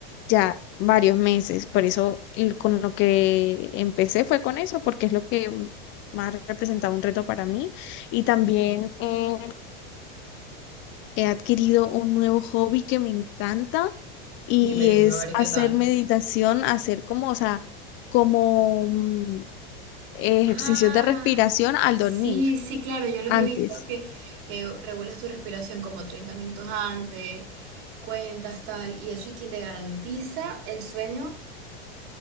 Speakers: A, on the left; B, on the right.
A: ya varios meses, por eso l- con lo que empecé fue con eso, porque es lo que más representaba un reto para mí y también eh, he adquirido un nuevo hobby que me encanta y
B: dime, dime,
A: es
B: a ver qué
A: hacer
B: tal.
A: meditación, hacer como, o sea, como mm, ejercicios
B: Ah,
A: de respiración al
B: sí,
A: dormir
B: sí, claro, yo los
A: antes.
B: he visto que, que regulas tu respiración como 30 minutos antes, cuentas tal, y eso y que te garantiza el sueño,